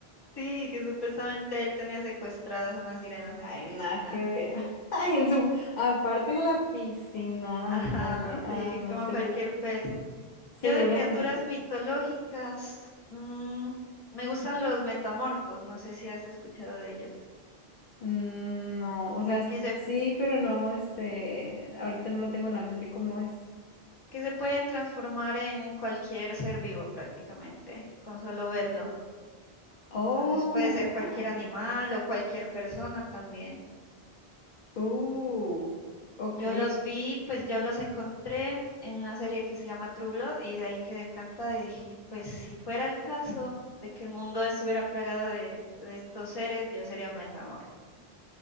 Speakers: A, on the left; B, on the left.
A: Sí, que supuestamente él tenía secuestradas unas sirenas
B: Ay,
A: en su piscina.
B: nada que ver. <laughs> Ay, en su... aparte en la piscina, ándale,
A: Ajá,
B: ah,
A: sí,
B: no,
A: como
B: seguro,
A: cualquier pez.
B: seguramente.
A: Yo de criaturas mitológicas, mm, me gustan los metamorfos, no sé si has escuchado de ellos,
B: Mm, No, o sea,
A: que se,
B: sí, pero no, este, ahorita no lo tengo en la mente cómo es.
A: que se pueden transformar en cualquier ser vivo prácticamente, con solo verlo.
B: Oh,
A: Entonces puede ser cualquier animal o cualquier persona también.
B: uh, ok.
A: Yo los vi, pues yo los encontré en una serie que se llama True Blood y de ahí quedé encantada y dije, pues si fuera el caso de que el mundo estuviera plagado de, de estos seres, yo sería un metamorfo.